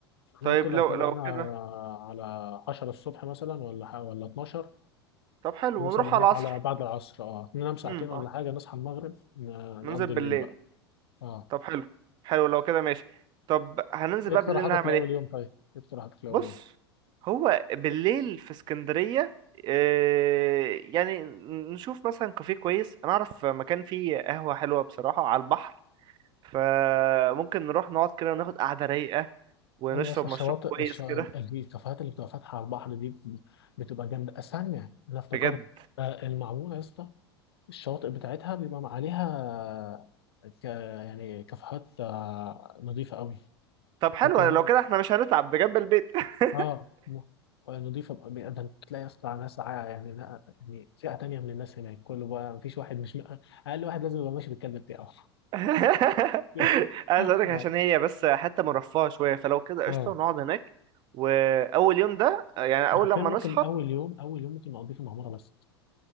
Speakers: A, on the left (about 65°); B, on the right (about 35°).
A: احنا
B: طيب
A: ممكن لو
B: لو
A: طلعنا
B: لو كده
A: على 10 الصبح مثلا ولا ح- ولا 12
B: طب حلو
A: نوصل
B: ونروح
A: هناك
B: على العصر
A: على بعد العصر اه ننام ساعتين
B: امم
A: ولا حاجة نصحى المغرب ن-
B: ننزل
A: نقضي
B: بالليل
A: الليل بقى اه
B: طب حلو حلو لو كده ماشي طب هننزل
A: ايه
B: بقى
A: اقتراحاتك
B: بالليل نعمل
A: لأول
B: ايه
A: يوم طيب؟ ايه اقتراحاتك لأول
B: بص
A: يوم؟
B: هو بالليل في اسكندرية إيه يعني نشوف مثلا كافيه كويس انا اعرف مكان فيه قهوة حلوة بصراحة على البحر فممكن نروح نقعد كده وناخد قعدة رايقة ونشرب
A: ايوه اصل
B: مشروب
A: الشواطئ
B: كويس
A: الش... ال-
B: كده
A: الكافيهات اللي بتبقى فاتحه على البحر دي ب- بتبقى جامده استنى انا افتكرت
B: بجد
A: آه، المعموره يا اسطى الشواطئ بتاعتها بيبقى عليها ك... يعني كافيهات آه، نظيفه قوي
B: طب حلو
A: ممكن
B: لو كده احنا مش هنتعب ده جنب البيت <laughs>
A: اه م- نضيفة بقى- بقى- ده انت تلاقي اصلا ناس عا- يعني لا يعني فئة تانية من الناس هناك كله بقى مفيش واحد مش اقل واحد لازم يبقى ماشي بالكلب بتاعه
B: <laughs>
A: <laughs>
B: عايز اقولك عشان هي بس حتة مرفهة شوية فلو كده
A: اه
B: قشطة نقعد هناك وأول يوم ده يعني أول
A: أنا حرفيا
B: لما
A: ممكن
B: نصحى
A: اول يوم اول يوم ممكن اقضيه في المعمورة بس